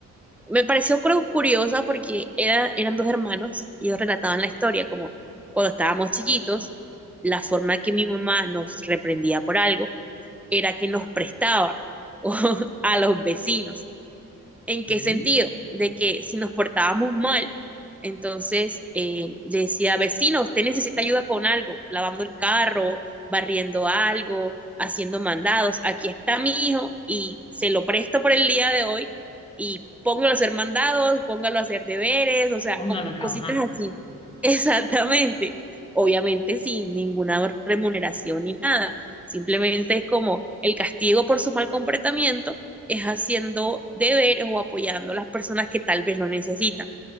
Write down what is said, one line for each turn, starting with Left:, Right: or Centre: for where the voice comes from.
Centre: Me pareció cru- curiosa porque era, eran dos hermanos y ellos relataban la historia como cuando estábamos chiquitos, la forma que mi mamá nos reprendía por algo era que nos prestaba <laughs> o, a los vecinos. ¿En
Left: ¿qué?
Centre: qué sentido? De que si nos portábamos mal, entonces eh, le decía, vecino, usted necesita ayuda con algo, lavando el carro, barriendo algo, haciendo mandados. Aquí está mi hijo y se lo presto por el día de hoy y póngalo a hacer mandados, póngalo a hacer deberes, o sea,
Left: Póngalo
Centre: como
Left: a
Centre: cositas
Left: trabajar.
Centre: así. <laughs> Exactamente. Obviamente sin ninguna remuneración ni nada. Simplemente es como el castigo por su mal comportamiento es haciendo deberes o apoyando a las personas que tal vez lo necesitan.